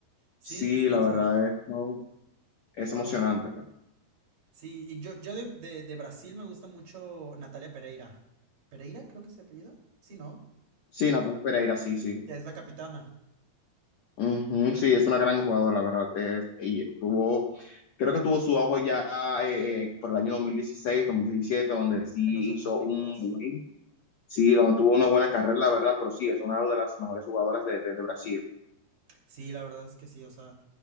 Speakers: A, on the right; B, on the left.
A: Sí,
B: Sí,
A: sí, sí,
B: la
A: o
B: verdad
A: sea,
B: es, ¿no? Es
A: wow
B: emocionante.
A: Sí, y yo, yo de, de- de Brasil me gusta mucho Natalia Pereira. ¿Pereira creo que es su apellido? Sí, ¿no?
B: Sí, Natalia Pereira, sí, sí.
A: Que es la capitana
B: Ujú, sí, es una gran jugadora, la verdad. Es- y tuvo, creo que tuvo su auge ya eh, eh, por el año 2016, 2017, donde sí
A: en los Olímpicos.
B: hizo un buen, sí, donde tuvo una buena carrera, la verdad, pero sí, es una de las mejores jugadoras de, de de Brasil.
A: Sí, la verdad es que sí, o sea,